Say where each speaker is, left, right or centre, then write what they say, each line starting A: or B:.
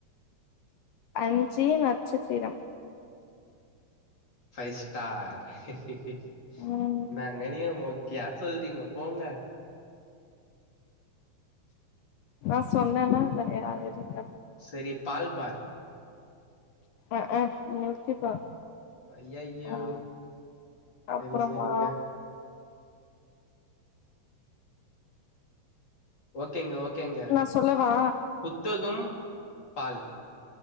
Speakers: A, on the left (about 80°); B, on the left (about 30°).
A: அஞ்சி நட்சத்திரம்
B: ஃபை ஸ்டார் ஹி ஹி ஹி
A: ம்
B: நாங் நீங்க மொக்கயா சொல்றீங்க போங்க
A: நா சொன்னன்னா இல்லயா <inaudible> இருங்க
B: சரி பால் பார்
A: அ அ மில்கி பார்
B: ஐயையோ
A: ஆ
B: செரி
A: அப்புறமா
B: செரிங்க ஓகேங்க ஓகேங்க
A: நா சொல்லவா
B: புத்தகம் பால்